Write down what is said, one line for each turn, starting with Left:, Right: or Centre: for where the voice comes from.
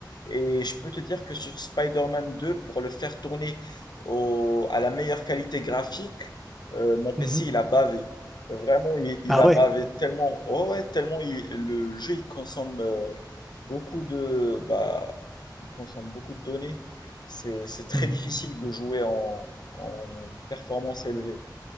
Left: Et je peux te dire que sur Spider-Man 2, pour le faire tourner au- à la meilleure qualité graphique, euh, mon PC
Centre: mhm, mhm.
Left: il a bavé. Vraiment, il, il
Centre: Ah
Left: a
Centre: ouais?
Left: bavé tellement, oh ouais, tellement il- le jeu il consomme euh, beaucoup de, bah, il consomme beaucoup de données. C'est, c'est très
Centre: Mhm.
Left: difficile de jouer en en performance élevée.